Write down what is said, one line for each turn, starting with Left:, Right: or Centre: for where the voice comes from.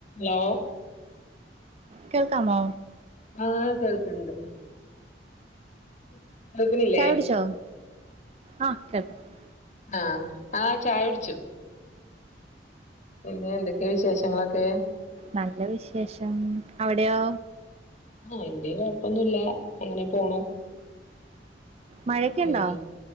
Left: ഹ്‌ലോ
Right: കേൾക്കാമോ
Left: ആ കേൾക്ക്ണ്ട് <unintelligible>
Right: ചായ കുടിച്ചോ ആ ചായ കുടിച്ചു
Left: ആ ആ ചായ കുടിച്ചു പിന്നെ എന്തൊക്കെയ വിശേഷങ്ങളൊക്കെ
Right: നല്ല വിശേഷം അവിടെയോ
Left: ആ ഇവിടെ കൊഴപ്പൊന്നുല്ല അങ്ങനെ പോണു
Right: മഴയൊക്കെ ഉണ്ടോ
Left: ല്ല